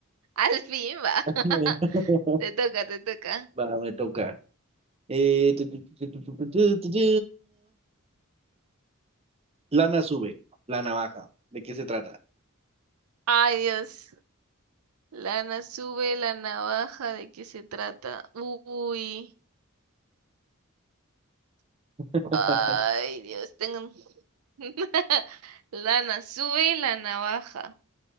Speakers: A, on the right; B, on the right.
A: Al fin va.
B: <laughs>
A: <laughs> Te toca, te toca.
B: Va, me toca. Eh, tu, tu, tu, tu, tu, tu, tu, tu, tu. Lana sube, la navaja. ¿De qué se trata?
A: Ay, Dios. Lana sube la navaja. ¿De qué se trata? Uy.
B: <laughs>
A: Ay, Dios. Tengo. <laughs> Lana sube la navaja.